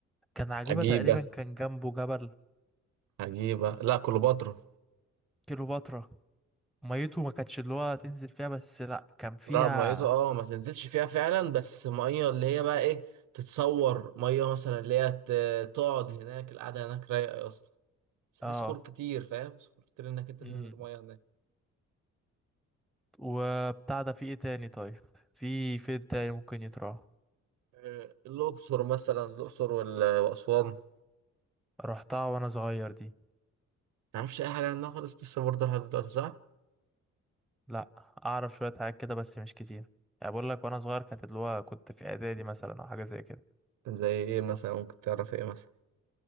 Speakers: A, in the centre; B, on the right.
A: كان عجيبه
B: عجيب
A: تقريبا كان جنبه جبل
B: عجيبة لا كليوباترا
A: كيلوباترا ميته ما كانتش اللي هو تنزل فيها بس لا كان فيها
B: لا ميته اه ما تنزلش فيها فعلا بس ميه اللي هي بقى ايه تتصور ميه مثلا اللي هي ت- تقعد هناك القعدة هناك رايقة يا اسطى بس
A: اه
B: في صخور كتير فاهم صخور كتير انك انت
A: امم
B: تنزل ميه هناك
A: وبتاع ده في ايه تاني طيب في فين تاني ممكن يتراح
B: آه، الأقصر مثلا الأقصر وال- وأسوان ما
A: رحتها وانا صغير دي
B: تعرفش أي حاجة عنها خالص لسه برضه لحد دلوقتي صح؟
A: لا اعرف شوية حاجات كده بس مش كتير يعني بقول لك وانا صغير كانت اللي هو كنت في اعدادي مثلا او حاجة زي كده
B: زي إيه مثلا ممكن تعرف إيه مثلا